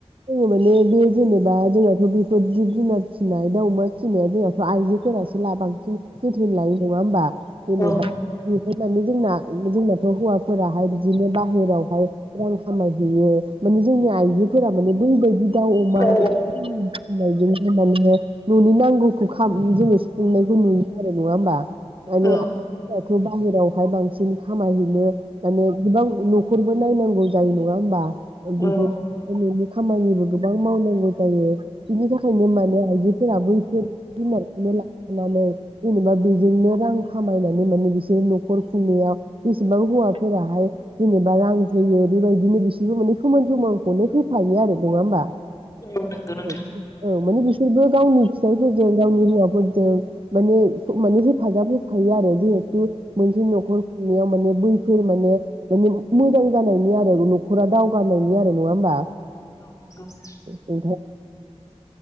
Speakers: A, on the right; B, on the left.
A: जोङो माने बे जेने बा जोंहाथ बेफोर जिब जुनार फिसिनाय दा अमा फिसिनाया जोंहाथ आइजोफोरासो ला बांसिन जोथोन लायो नङा होमबा जेनेबा
B: औ
A: बेहाय माने जोंना जोंनाथ' हौवाफोराहाय बिदिनो बाहेरावहाय रां खामायहैयो माने जोंनि आइजोफोरा माने बैबायदि दाउ
B: नंगौ
A: अमा फिनायजोंनो माने न'नि नांगौ <unintelligible> जोङो सुफुंनायखौ नुयो आरो नङा होमबा माने
B: औ
A: आइजोफोराथ' बाहेरावहाय बांसिन जों खामायहैनो माने गोबां न' खरबो नायनांगौ जायो नङा होमबा <unintelligible>
B: औ
A: खामानिबो गोबां मावनांगौ जायो बिनि थाखायनो माने आइजो फोराबो एसे <unintelligible> बा बेजोंनो रां खामायनानै माने बिसोर न'खर खुंनायाव बेसेबां हौवाफोराहाय जेनेबा रां होयो बेबायदिनो बिसोरबो माने समान समानखौनो होफायो आरो नङा होमबा
B: औ नंगौ नोंथां
A: औ औ माने बिसोरबो गावनि फिसाइफोरजों गावनि हौवाफोरजों माने माने हेफाजाब होफायो आरो जिहेतु मोनसे न'खर खुंनायाव माने बैफोर माने-माने मोजां जानायनि आर न'खरा दावगानायनि आरो नङा होमबा
B: <unintelligible>
A: नोंथां